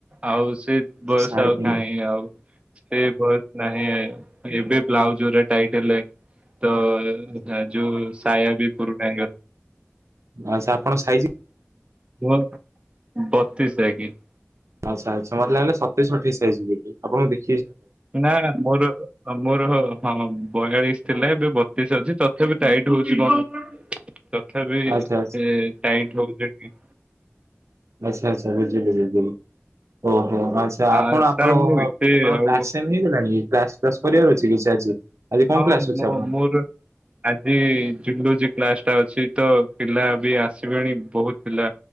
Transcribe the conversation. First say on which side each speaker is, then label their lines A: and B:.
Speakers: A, on the right (about 25°); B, on the right (about 90°).
A: ଆଉ ସେ ବୟସ୍
B: ସାଢେ
A: ଆଉ
B: ତିନି
A: କାହିଁ ଆଉ, ସେ ବୟସ ନାହିଁ । ଏବେ ବ୍ଲାଉଜରେ ଟାଇଟ୍ ହେଲାଣି । ତ ଯୋଉ ସାୟା ବି ପୁରୁଣା
B: ଆଚ୍ଛା, ଆପଣ ସାଇଜ
A: ହ, ବତିଶ ଲାଗେ ।
B: ଆଚ୍ଛା, ଆଚ୍ଛା, ମତେ ଲାଗିଲେତେଇଶ ଅଠେଇଶିଇଯିବ ଆପଣଙ୍କୁ ଦେଖି
A: ନା ମୋର ମୋର ହଁ ବୟାଳିଶ ଥିଲା, ଏବେ ବତିଶ ଅଛି ତଥାପି ତାଇଟ ହଉଛି କଣ ତଥାପି
B: ଆଚ୍ଛା ଆଚ୍ଛା
A: ଟାଇଟ ହଉଛିିକ
B: ଆଚ୍ଛା ଆଚ୍ଛା ବୁଝିଲି । ଓହୋ ଆଚ୍ଛା, ଆପଣ
A: ଆ
B: ଆପଣଙ୍କ,
A: ସାର୍ ମୁଁ ଏତେ
B: ଆପଣଙ୍କ
A: ଆଉ
B: ହେଇଗଲାଣି କ୍ଲାସ କରିବାର ଅଛି କିଛି ଆଜି? ଆଜି କଣ
A: ହଁ
B: କ୍ଲାସ ଅଛି
A: ମୁ
B: ଆପଣଙ୍କ?
A: ମୋର ଆଜି ଜୁଲେଜୀ କ୍ଲାସ ଅଛି ତ ପିଲା ବି ଆସିବେଣି, ବହୁତ ପିଲା